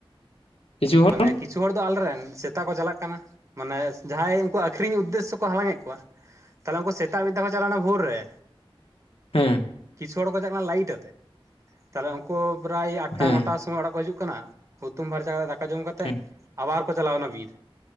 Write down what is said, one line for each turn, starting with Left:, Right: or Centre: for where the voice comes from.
Left: ᱠᱤᱪᱷᱩ ᱦᱚᱲ
Right: ᱢᱟᱱᱮ ᱠᱤᱪᱷ ᱠᱤᱪᱷᱩ ᱦᱚᱲ ᱫᱚ ᱟᱞᱮ ᱨᱮᱱ ᱥᱮᱛᱟᱜ ᱠᱚ ᱪᱟᱞᱟᱜ ᱠᱟᱱᱟ ᱢᱟᱱᱮ ᱡᱟᱦᱟᱸᱭ ᱩᱱᱠᱩ ᱟᱠᱷᱨᱤᱧ ᱩᱫᱽᱫᱮᱥ ᱥᱚ ᱠᱚ ᱦᱟᱞᱟᱝ ᱮᱫ ᱠᱚᱣᱟ ᱛᱟᱦᱚᱞᱮ ᱩᱱᱠᱩ ᱥᱮᱛᱟᱜ ᱢᱤᱫ ᱰᱷᱟᱣ ᱠᱚ ᱪᱟᱞᱟᱣᱱᱟ ᱵᱷᱩᱨ ᱨᱮ
Left: ᱦᱮᱸ
Right: ᱠᱤᱪᱷᱩ ᱦᱚᱲ ᱠᱚ ᱪᱟᱞᱟᱜ ᱠᱟᱱᱟ ᱞᱟᱭᱤᱴ ᱟᱛᱮ ᱛᱟᱦᱞᱮ ᱠᱚ ᱯᱨᱟᱭ ᱟᱴ ᱴᱟ
Left: ᱦᱮᱸ
Right: ᱱᱚᱴᱟ ᱥᱚᱢᱚᱭ ᱚᱲᱟᱜ ᱠᱚ ᱦᱤᱡᱩᱜ ᱠᱟᱱᱟ ᱦᱩᱛᱩᱢ ᱯᱷᱟᱨᱪᱟ ᱠᱟᱛᱮᱫ ᱫᱟᱠᱟ ᱫᱟᱠᱟ ᱡᱚᱢ ᱠᱟᱛᱮᱫ
Left: ᱦᱮᱸ
Right: ᱟᱵᱟᱨ ᱠᱚ ᱪᱟᱞᱟᱣ ᱮᱱᱟ ᱵᱤᱨ